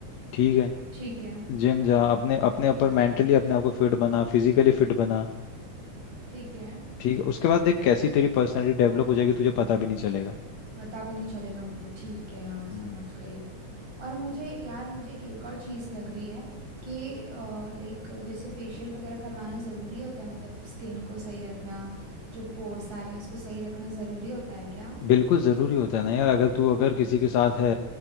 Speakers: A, on the left; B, on the right.
A: ठीक है
B: ठीक है
A: जिम जा अपने अपने ऊपर मेंटली अपने आप को फिट बना फिजिकली फिट बना
B: ठीक है
A: ठीक है। उसके बाद देख कैसी तेरी पर्सनालिटी डेवलप हो जाएगी तुझे पता भी नहीं चलेगा
B: पता भी नहीं चलेगा मुझे ठीक है यार समझ
A: हम्म,
B: गई और मुझे यार मुझे एक और चीज़ लग रही है कि लाइक जैसे फेशियल वगैरह करवाना ज़रूरी होता है मतलब स्किन को सही रखना जो पोर्स आ रहे हैं उसको सही रखना ज़रूरी होता है क्या
A: बिल्कुल ज़रूरी होता है ना यार अगर तू अगर किसी के साथ है